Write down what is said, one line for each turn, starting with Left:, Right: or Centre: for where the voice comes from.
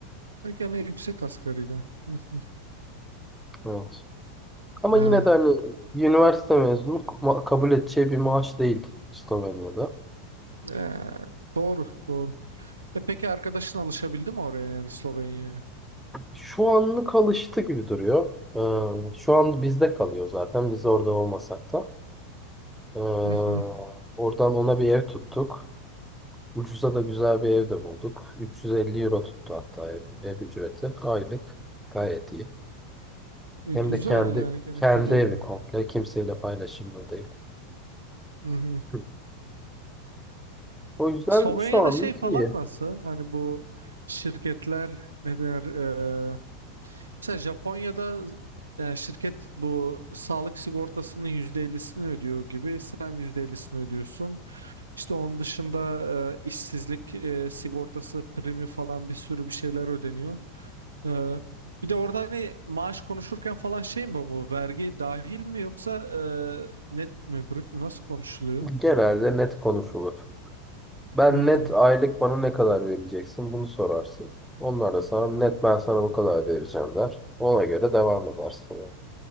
Right: E, gene yüksek asgariden. Hı hı.
Centre: Evet. Ama
Right: Ha.
Centre: yine de hani bir üniversite mezunu ma- kabul edeceği bir maaş değil Slovenya'da.
Right: E, doğru doğru. E peki arkadaşın alışabildi mi oraya yani Slovenya'ya?
Centre: Şu anlık alıştı gibi duruyor. Ee, şu an bizde kalıyor zaten. Biz orada olmasak da. Ee,
Right: Hı hı.
Centre: oradan ona bir ev tuttuk. Ucuza da güzel bir ev de bulduk. 350 euro tuttu hatta ev, ev ücreti. Aylık. Gayet iyi.
Right: E,
Centre: Hem
Right: güzel
Centre: de kendi
Right: yani gene
Centre: kendi
Right: kalıyor
Centre: evi
Right: baya.
Centre: komple. Kimseyle paylaşımlı değil.
Right: Hı hı.
Centre: <clears throat> O yüzden
Right: Slovenya'da
Centre: şu anlık
Right: şey falan
Centre: iyi.
Right: nasıl? Hani bu şirketler ne denir? E, mesela Japonya'da yani şirket bu sağlık sigortasının %50'sini ödüyor gibi sen %50'sini ödüyorsun. İşte onun dışında e, işsizlik e, sigortası primi falan bir sürü bir şeyler ödeniyor. E, bir de orada hani maaş konuşurken falan şey mi bu vergi dahil mi yoksa e, net mi brüt mü nasıl konuşuluyor?
Centre: Genelde net konuşulur. Ben
Right: Hmm.
Centre: net aylık bana ne kadar vereceksin bunu sorarsın. Onlar da sana net ben sana bu kadar vereceğim der. Ona göre devam edersin. yani.